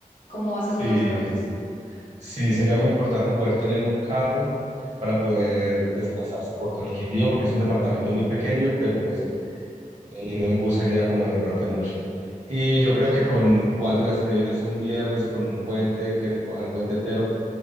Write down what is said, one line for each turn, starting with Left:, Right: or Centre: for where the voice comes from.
Left: cómo vas
Right: sí,
Left: a todas partes.
Right: Sí, sería muy importante poder tener un carro para poder desplazarse por todo el Quindío, porque es un departamento muy pequeño, pero pues eh, ir en bus sería como demorarte mucho. Y yo
Left: Ok,
Right: creo que con cuatro días, si te vienes un viernes y con un puente, que te coja el puente entero,